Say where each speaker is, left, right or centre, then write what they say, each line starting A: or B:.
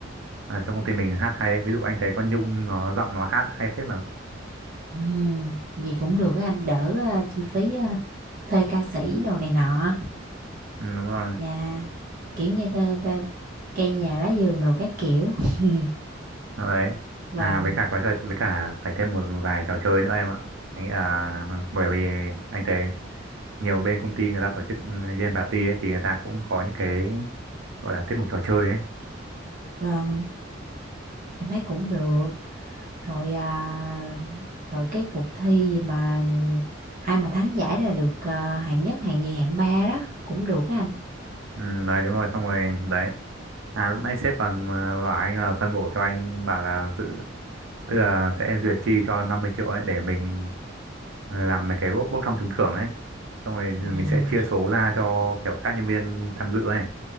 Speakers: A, on the right; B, on the right.
A: à, trong công ty mình hát hay ví dụ anh thấy con Nhung nó giọng nó hát hay phết mà
B: Ừ. Gì cũng được á anh đỡ ờ, chi phí ờ, thuê ca sĩ đồ này nọ.
A: ừ, đúng rồi
B: Nhà kiểu như cây, cây, cây nhà lá vườn đồ các kiểu. <laughs>
A: đấy
B: Vâng,
A: à với cả có trò với cả phải thêm một vài trò chơi nữa em ạ anh nghĩ là bởi vì anh thấy nhiều bên công ty người ta tổ chức ừ, game party ấy, thì người ta cũng có những cái gọi là tiết mục trò chơi ấy
B: vâng, em thấy cũng được. Rồi à, rồi cái cuộc thi gì mà ai mà thắng giải là được ờ, hạng nhất, hạng nhì, hạng ba đó cũng được á anh.
A: ừ, đấy đúng rồi xong rồi đấy à lúc nãy sếp còn ờ, bảo anh là phân bổ cho anh bảo là dự tức là sẽ duyệt chi cho 50 triệu ấy để mình ờ, làm mấy cái bốc bốc thăm trúng thưởng ấy xong rồi mình
B: Ừ.
A: sẽ chia số ra cho kiểu các nhân viên tham dự ấy